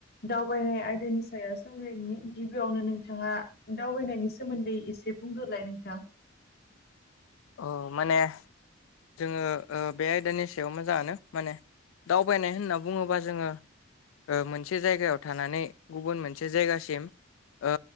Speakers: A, on the left; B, on the left.
A: दावबायनाय आयदानि सायाव सावरायनायनि गिबियावनो नोंथाङा दावबायनायनि सोमोन्दै एसे बुंदोलाय नोंथां
B: औ माने जोंङो ओ बे आयदानि सायाव मोजाङानो माने दावबायनाय होनना बुङोब्ला जोंङो ओ मोनसे जायगायाव थानानै गुबुन मोनसे जायगासिम ओ